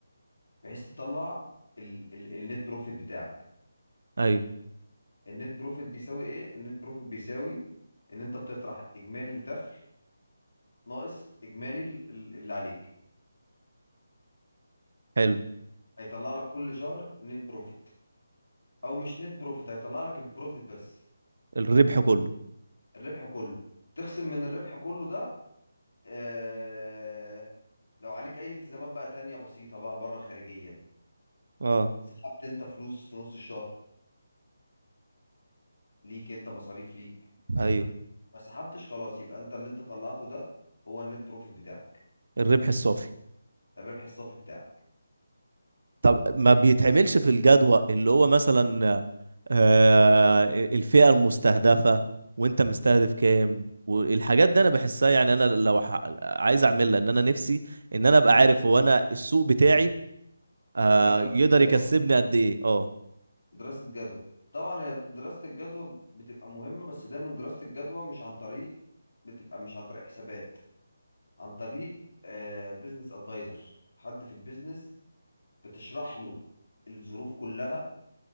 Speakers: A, on the left (about 80°); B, on the right (about 50°).
A: بحيث تطلع ال ال النت بروفيت بتاعك
B: ايوه
A: النت بروفيت بيساوي ايه؟ النت بروفيت بيساوي ان انت بتطرح اجمالي الدخل ناقص اجمالي ال- ال- اللي عليك
B: حلو
A: هيطلع لك كل شهر نت بروفيت او مش نت بروفيت هيطلع لك البروفيت بس
B: الربح كله
A: الربح كله تخصم من الربح كله ده آه لو عليك اي التزامات بقى تانية بسيطة بقى بره خارجيا
B: اه
A: سحبت انت فلوس في نص الشهر ليك انت مصاريف ليك
B: ايوه
A: ما سحبتش خلاص يبقى انت اللي انت طلعته ده هو النت بروفيت بتاعك
B: الربح الصافي
A: الربح الصافي بتاعك
B: طب ما بيتعملش في الجدول اللي هو مثلا آه الفئة المستهدفة وانت مستهدف كام والحاجات دي انا بحسها يعني انا لو ح... عايز اعملها ان انا نفسي ان انا ابقى عارف هو انا السوق بتاعي آه
A: كدراسة
B: يقدر
A: جدوى
B: يكسبني قد ايه اه
A: دراسة جدوى طبعا هي دراسة الجدوى بتبقى مهمة بس دايما دراسة الجدوى مش عن طريق بتبقى مش عن طريق حسابات عن طريق بزنس ادفايزر حد في البيزنس بتشرح له الظروف كلها